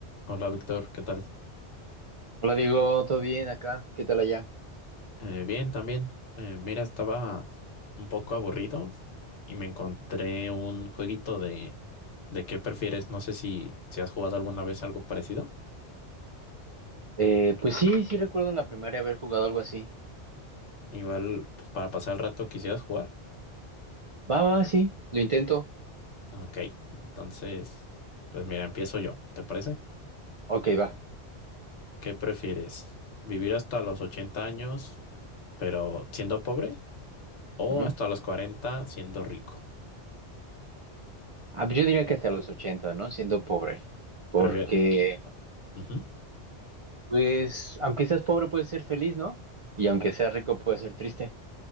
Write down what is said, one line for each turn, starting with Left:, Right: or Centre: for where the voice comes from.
Left: Hola Víctor, ¿qué tal?
Right: Hola, digo, ¿todo bien acá? ¿Qué tal allá?
Left: Eh, bien, también. Eh, mira, estaba un poco aburrido y me encontré un jueguito de, de qué prefieres. No sé si, si has jugado alguna vez algo parecido.
Right: Eh, pues sí, sí recuerdo en la primaria haber jugado algo así.
Left: Igual, pues, para pasar el rato quisieras jugar.
Right: Va, va, va, sí, lo intento.
Left: Ok, entonces, pues mira, empiezo yo, ¿te parece?
Right: Ok, va.
Left: ¿Qué prefieres? ¿Vivir hasta los 80 años, pero siendo pobre? ¿O
Right: Ujú.
Left: hasta los cuarenta siendo rico?
Right: Ah, pues yo diría que hasta los 80, ¿no? Siendo pobre. Porque,
Left: Prefieres... Ujú.
Right: pues, aunque seas pobre puedes ser feliz, ¿no? Y aunque seas rico puedes ser triste.